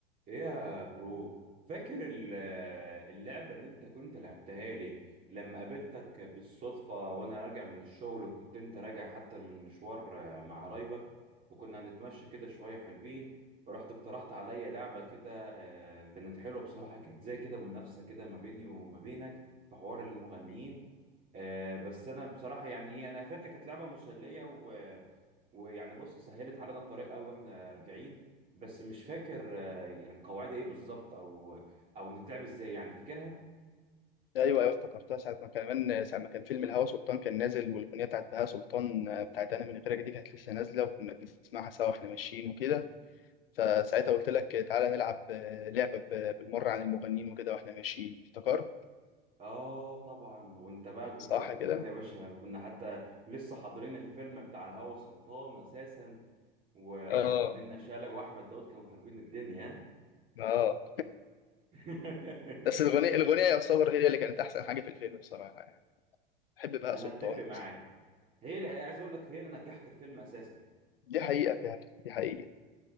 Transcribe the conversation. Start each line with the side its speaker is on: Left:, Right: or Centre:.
Right: ايه يا برو فاكر ال- اللعبة اللي انت كنت لعبتها لي لما قابلتك بالصدفة وانا راجع من الشغل وكنت انت راجع حتى من مشوار آه، مع قرايبك وكنا هنتمشى كده شوية حلوين ورحت اقترحت عليا لعبة كده آه، كانت حلوة بصراحة كانت زي كده منافسة كده ما بيني وما بينك في حوار المغنيين
Left: ايوه
Right: آه، بس انا بصراحة يعني ايه انا فاكر كانت لعبة مسلية و ويعني بص سهلت علينا الطريق قوي واحنا راجعين بس مش فاكر يعني قواعدها ايه بالظبط او او نتلعب ازاي يعني فاكرها
Left: ايوه افتكرتها ساعه ما كان، كمان ساعه ما كان فيلم الهوى سلطان كان نازل والاغنيه بتاعت بهاء سلطان آه، بتاعت انا من غيرك دي كانت لسه نازله وكنا بنسمعها سوا واحنا ماشيين وكده فساعتها قلت لك تعالى نلعب آه، لعبه ب- بالمره عن المغنيين وكده واحنا ماشيين افتكرت
Right: اه طبعا وانت بقى كنت
Left: صح
Right: فكرني
Left: كده
Right: يا باشا كنا حتى لسه حاضرين الفيلم بتاع الهوى سلطان اساسا ومنة
Left: اه
Right: شلبي واحمد داود كانوا خاربين الدنيا
Left: اه
Right: <laughs>
Left: بس الاغنيه الاغنيه يعتبر هي اللي كانت احسن حاجه في الفيلم بصراحه يعني بحب بهاء
Right: انا
Left: سلطان
Right: اتفق معاك
Left: اصلا
Right: هي اللي عايز اقول لك هي اللي نجحت الفيلم اساسا
Left: دي حقيقه فعلا دي حقيقه